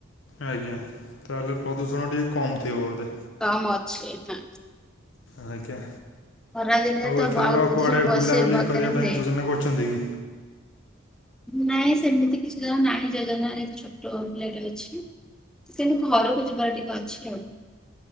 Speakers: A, on the left; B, in the centre.
A: ଆଜ୍ଞା। ତାହେଲେ ପ୍ରଦୂଷଣ ଟିକେ କମ ଥିବ ବୋଧେ?
B: କମ ଅଛି ହଁ
A: ଆଜ୍ଞା।
B: ଖରା ଦିନରେ
A: ଆଉ
B: ତ
A: ଏଥରକ
B: ବାୟୁ ପ୍ରଦୂଷଣ
A: କୁଆଡେ
B: ବସ
A: ବୁଲାବୁଲି
B: ବକାରେ
A: କରିବା
B: ହୁଏ।
A: ପାଇଁ ଯୋଜନା କରୁଛନ୍ତି କି?
B: ନାଇଁ ସେମିତି କିଛି ଜଣ ନାହିଁ ଯଜନାାରେ ଛୋଟ ପିଲା ଅଛି। ସେମତି ଘରକୁ ଯିବାର ଟିକେ ଅଛି ଆଉ।